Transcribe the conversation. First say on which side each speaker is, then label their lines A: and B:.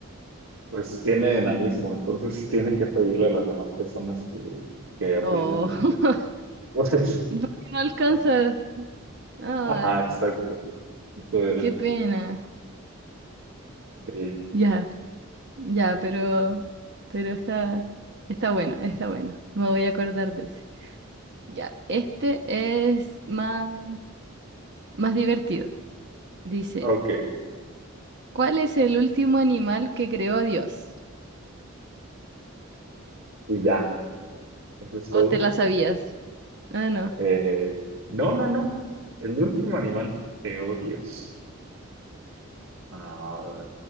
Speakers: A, on the right; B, on the right.
A: Pues tiene enanismo, entonces sí tiene que pedirle a las demás personas que, que aprieten.
B: Oh,
A: el botón.
B: <laughs> porque no alcanza.
A: <laughs>
B: Ah,
A: Ajá, exacto. Eso era.
B: qué pena.
A: Sí.
B: Ya, ya, pero, pero está, está bueno, está bueno. Me voy a acordar de ese. Ya, este es más, más divertido. Dice,
A: Ok,
B: ¿cuál es el último animal que creó Dios?
A: y ya. Eso es todo.
B: ¿O te la sabías? Ah, no.
A: Eh, no, no, no. El último animal. Te odios. Ah,